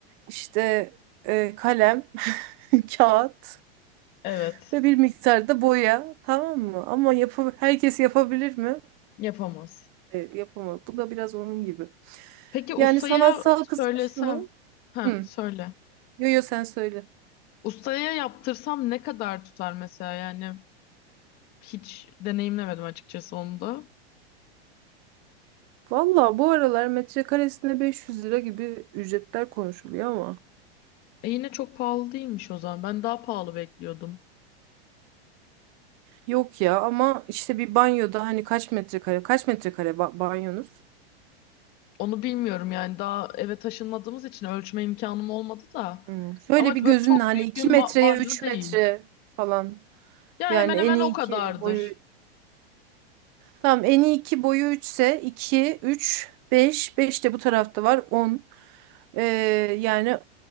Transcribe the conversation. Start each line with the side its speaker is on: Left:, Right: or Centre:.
Right: İşte e, kalem, <laughs> kağıt
Left: Evet.
Right: ve bir miktar da boya, tamam mı? Ama yapı herkes yapabilir mi?
Left: Yapamaz.
Right: Evet, yapamaz. Bu da biraz onun gibi.
Left: Peki ustaya
Right: Yani sanatsal
Left: söylesem.
Right: kısmı şu.
Left: Ha
Right: Hı.
Left: söyle.
Right: Yo yo sen söyle.
Left: Ustaya yaptırsam ne kadar tutar mesela yani hiç deneyimlemedim açıkçası onu da.
Right: Valla bu aralar metrekaresine 500 lira gibi ücretler konuşuluyor ama.
Left: E yine çok pahalı değilmiş o zaman. Ben daha pahalı bekliyordum.
Right: Yok ya ama işte bir banyoda hani kaç metrekare kaç metrekare ba- banyonuz?
Left: Onu bilmiyorum yani daha eve taşınmadığımız için ölçme imkanım olmadı da.
Right: Hmm, Şöyle
Left: Ama
Right: bir
Left: böyle
Right: gözünle
Left: çok
Right: hani
Left: büyük
Right: 2
Left: bir ma-
Right: metreye
Left: banyo
Right: 3
Left: değil.
Right: metre falan.
Left: Ya
Right: Yani
Left: hemen hemen
Right: en iyi
Left: o kadardır.
Right: 2 boyu. Tamam en iyi 2 boyu üçse 2 3 5 5 de bu tarafta var on Ee, yani